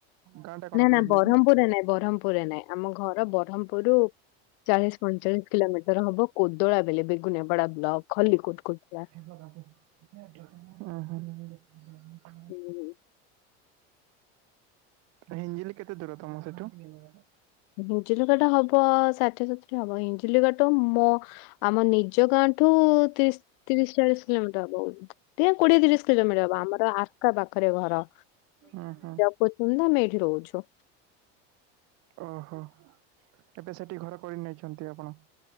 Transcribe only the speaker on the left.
ନା
ନା ବ୍ରହ୍ମପୁରରେ
ନାଇଁ ବ୍ରହ୍ମପୁରରେ ନାଇଁ ଆମ ଘର ବ୍ରହ୍ମପୁରୁ। ଚାଳିଶି, ପଇଁଚାଳିଶି କିଲୋମିଟର ହବ କୋଦଳା ବେଲେ ବେଗୁନପଡା ବ୍ଲକ ଖଲି କୋଟ କୋଳା।
ହୁଁ ହୁଁ।
ହିଞ୍ଜିଲି କା ଟା ହବ ଷାଠିଏ, ସତୁରି ହବ ହିଞ୍ଜିଲି କା ଟ ମୋ। ଆମ ନିଜ ଗାଁଠୁ ତିରିଶି, ତିରିଶି, ଚାଳିଶି କିଲୋମିଟର ହବ ଉଁ। ଟିଏ କୋଡିଏ ତିରିଶି କିଲୋମିଟର ହବ ଆମର ଆର୍କା ପାଖରେ ଘର।
କୋତିପି ନା ଆମେ ଏଇଠି ରହୁଛୁ।